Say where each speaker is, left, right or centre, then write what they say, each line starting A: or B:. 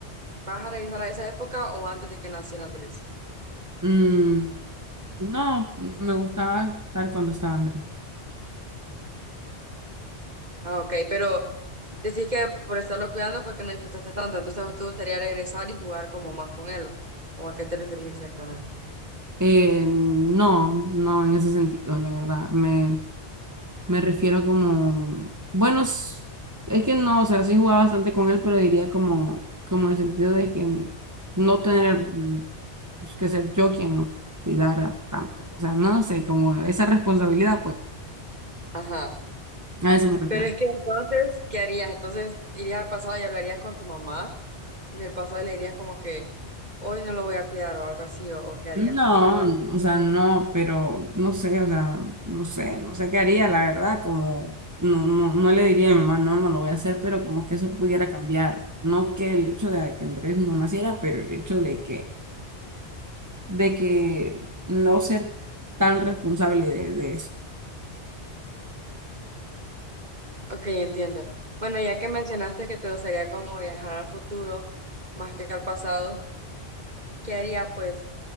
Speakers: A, on the right; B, on the right.
A: vas a regresar a esa época o antes de que naciera Andrés.
B: Mm, no, me gustaba estar cuando estaba André.
A: Ah, ok, pero decís que por estarlo cuidando fue que no disfrutaste tanto, entonces a vos te gustaría regresar y jugar como más con él, ¿o a qué te referís exactamente?
B: Eh, no, no en ese sentido, la verdad. Me, me refiero como, bueno, s- es que no, o sea, sí jugaba bastante con él, pero diría como, como en el sentido de que no tener mm, que ser yo quien lo cuidara tanto. O sea, no sé, como esa responsabilidad, pues,
A: Ajá.
B: a eso me refiero.
A: Pero es que entonces, ¿qué harías? Entonces, ¿irías al pasado y hablarías con tu mamá? En el pasado le dirías como que hoy no lo voy a cuidar o algo así, o, o qué harías,
B: No,
A: o nada.
B: o sea, no, pero no sé, o sea, no sé, no sé qué haría, la verdad, como no, no, no le diría a mi mamá, no, no lo voy a hacer, pero como que eso pudiera cambiar. No que el hecho de que Andrés no naciera, pero el hecho de que, de que no ser tan responsable de, de eso.
A: Ok, entiendo. Bueno, ya que mencionaste que te gustaría como viajar al futuro más que al pasado, ¿qué harías pues?